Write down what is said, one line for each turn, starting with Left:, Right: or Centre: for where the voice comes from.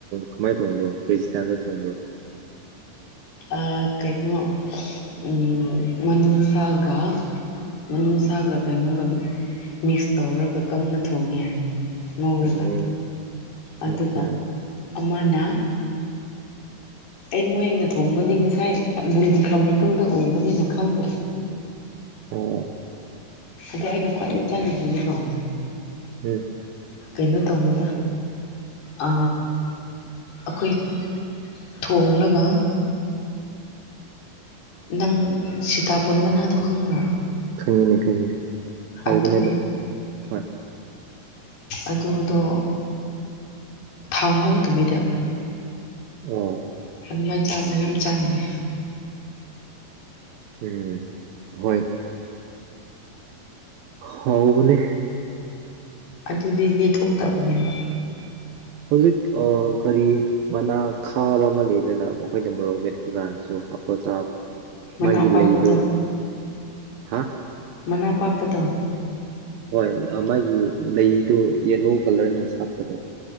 Right: ꯀꯃꯥꯏ ꯊꯣꯡꯕ꯭ꯔꯣ ꯀꯔꯤ ꯏꯁꯇꯥꯏꯜꯗ ꯊꯣꯡꯕ꯭ꯔꯣ
Left: ꯑ ꯀꯩꯅꯣ ꯑꯝ ꯃꯅꯨꯡꯅꯨꯡꯁꯥꯒ ꯃꯅꯨꯡꯁꯥꯒ ꯀꯩꯅꯣꯒ ꯃꯤꯛꯁ ꯇꯧꯔꯒ ꯀꯪꯅ ꯊꯣꯡꯉꯦ ꯉꯧꯔꯒ
Right: ꯎꯝ
Left: ꯑꯗꯨꯒ
Right: ꯑꯣꯀꯦ
Left: ꯑꯃꯅ
Right: <inaudible>
Left: ꯑꯩ ꯃꯣꯏꯅ ꯊꯣꯡꯕꯅꯤ ꯉꯁꯥꯏ ꯃꯨꯟꯈ꯭ꯔ ꯃꯇꯨꯡꯗ ꯎꯕꯅꯤꯅ ꯈꯪꯗ꯭ꯔꯦ
Right: ꯑꯣ
Left: ꯑꯗꯣ ꯑꯩꯅ ꯈ꯭ꯋꯥꯏꯗꯒꯤ ꯆꯥꯅꯤꯡꯈꯤꯕꯅꯤꯀꯣ
Right: ꯎꯝ
Left: ꯀꯩꯅꯣ ꯇꯧꯕꯗ ꯑ ꯑꯩꯈꯣꯏ ꯊꯣꯡꯂꯒ ꯅꯪ ꯁꯤꯇꯥꯕꯣꯟ ꯃꯅꯥꯗꯣ ꯈꯪꯕ꯭ꯔꯥ
Right: ꯈꯪꯉꯤꯅꯦ ꯈꯪꯉꯤꯅꯦ ꯍꯥꯎꯕꯅꯦ
Left: ꯑꯗꯨ
Right: ꯑꯗꯣ ꯍꯣꯏ
Left: ꯑꯗꯨꯗꯣ ꯊꯥꯎ ꯉꯧꯗꯕꯤꯗ
Right: ꯑꯣ
Left: ꯑꯗꯨꯃꯥꯏꯅ ꯆꯥꯕꯗꯣ ꯌꯥꯝ ꯆꯥꯅꯤꯡꯉꯦ
Right: ꯎꯝ ꯍꯣꯏ ꯍꯥꯎꯕꯅꯦ
Left: ꯑꯗꯨꯗꯤ ꯂꯦꯊꯣꯛꯇꯕꯅꯦꯕ
Right: ꯍꯧꯖꯤꯛ ꯑ ꯀꯔꯤ ꯃꯅꯥ ꯈꯥꯕ ꯑꯃ ꯂꯩꯗꯅ ꯑꯩꯈꯣꯏꯅ ꯃꯣꯔꯣꯛ ꯃꯦꯠꯄ ꯀꯥꯟꯗꯁꯨ ꯍꯥꯄ ꯆꯥꯕ
Left: ꯃꯅꯥ
Right: ꯃꯥꯒꯤ
Left: ꯑꯄꯥꯛꯄꯗꯣ
Right: ꯂꯩꯗꯣ ꯍꯥ
Left: ꯃꯅꯥ ꯄꯥꯛꯄꯗ
Right: ꯍꯣꯏ ꯃꯃꯥꯢꯒꯤ ꯂꯩꯗꯣ ꯌꯦꯂꯣ ꯀꯂ꯭ꯔꯅ ꯁꯥꯠꯄꯗꯣ